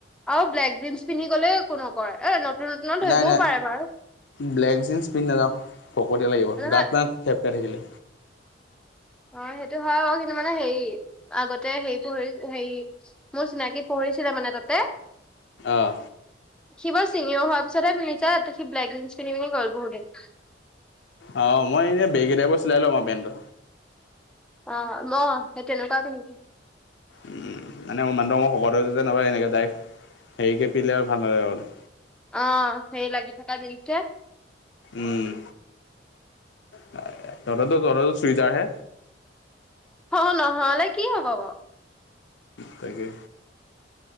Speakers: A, in the centre; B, on the left.
A: আৰু ব্লেক জিনচ পিন্ধি গ'লে একো নকৰে, এ নতুন নতুনত
B: নাই
A: ধৰিবও
B: নাই
A: পাৰে বাৰু।
B: ব্লেক জিন্স পিন্ধি নাযাও ভকতীয়া লাগিব
A: নহয়
B: গাত পানাত থেপ খাই থাকিলে
A: অ সেইটো হয় বাও কিন্তু মানে হেৰি আগতে হেৰি পু হেৰি মোৰ চিনাকী পঢ়িছিলে মানে তাতে
B: অ
A: সি বাও চিনিও হোৱাৰ পিছতহে পিন্ধিছে ত সি ব্লেক জিন্স পিন্ধি পিনি গল বহু দিন
B: অ মই এনে ব্লেকেই টাইপৰ চিলাই লম আও পেণ্টটো
A: অ ম সেই তেনেকোৱাতে নেকি
B: উম মানে মোৰ মানুহটো ম শকত হৈ গৈছো যে এনেকে ডাইৰেক্ট হেৰিকে পিন্ধিলে আৰু ভাল নালাগিব মানে
A: অ সেই লাগি থকা দিনকেইটাত
B: উম তহঁততো তহঁততো চুইজাৰ হে
A: অ নহ'লে কি হ'ব বাও
B: তাকে